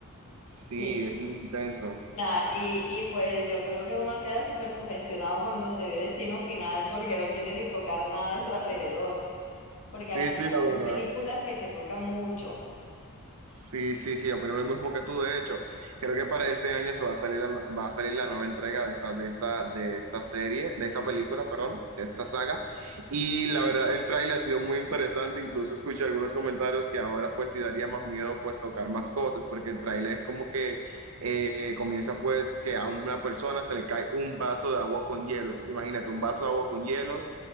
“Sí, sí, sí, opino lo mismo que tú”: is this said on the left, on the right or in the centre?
Right